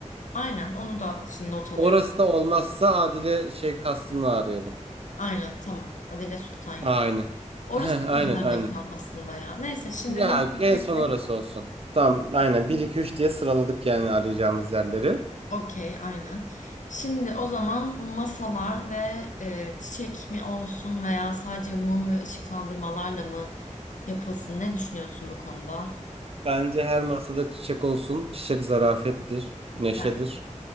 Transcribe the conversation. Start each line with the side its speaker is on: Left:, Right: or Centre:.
Left: aynen onu da şimdi not alıyorum.
Right: Orası da olmazsa Adile şey kastını arayalım.
Left: Aynen tamam. Adile Sultan Yıl.
Right: Aynen.
Left: Orası
Right: Heh,
Left: da güzel
Right: Aynen aynen.
Left: mekan aslında ya. Neyse şimdi
Right: Ya
Left: bunu
Right: en
Left: tek
Right: son
Left: tek
Right: orası olsun. Tamam aynen bir 2 3 diye sıraladık yani arayacağımız yerleri.
Left: Okey, aynen. Şimdi o zaman masalar ve e, çiçek mi olsun veya sadece mum ve ışıklandırmalarla mı yapılsın? Ne düşünüyorsun bu konuda?
Right: Bence her masada çiçek olsun. Çiçek zarafettir, neşedir.
Left: Bence.